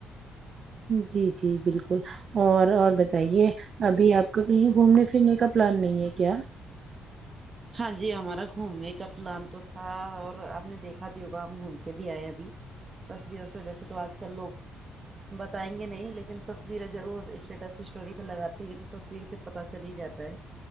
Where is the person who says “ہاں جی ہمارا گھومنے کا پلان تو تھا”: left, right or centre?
Right